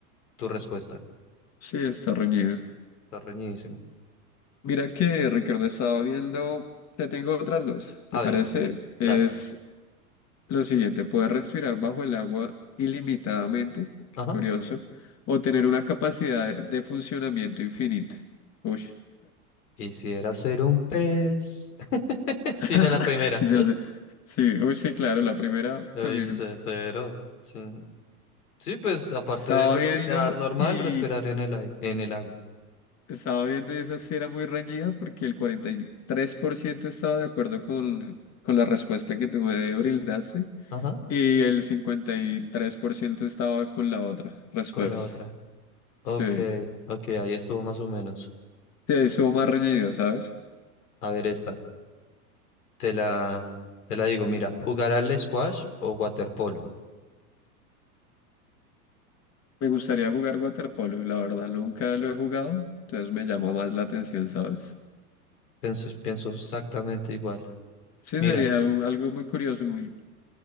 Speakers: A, on the left; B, on the left.
A: tu respuesta.
B: Sí, está reñido.
A: Está reñidísimo.
B: Mira que Ricardo estaba viendo, te tengo otras dos, ¿te
A: A
B: parece?
A: ver, a ver.
B: Es
A: Dale.
B: Lo siguiente, poder respirar bajo el agua ilimitadamente, que
A: Ajá.
B: es curioso, o tener una capacidad de de funcionamiento infinita. Uy,
A: Quisiera ser un pez. <laughs> Si
B: <laughs>
A: no la primera.
B: quisiera hacer. Sí, uy, sí, claro, la primera
A: Lo
B: también.
A: hice cero. Sí. Sí, pues aparte
B: Estaba
A: de respirar
B: viendo
A: normal,
B: y
A: respirar en el aire, en el agua.
B: estaba viendo y esa sí era muy reñida porque el 43% estaba de acuerdo con, con la respuesta que tú me brindaste
A: Ajá.
B: y el 53% estaba con la otra respuesta.
A: Con la otra. Ok,
B: Sí,
A: ok, ahí estuvo más o menos.
B: sí, estuvo más reñido, ¿sabes?
A: A ver esta. Te la, te la digo, mira, jugar al squash o waterpolo.
B: Me gustaría jugar waterpolo, la verdad nunca lo he jugado, entonces me llama más la atención, ¿sabes?
A: Pienso, pienso exactamente igual.
B: Sí,
A: Mira,
B: sería u- algo muy curioso, muy...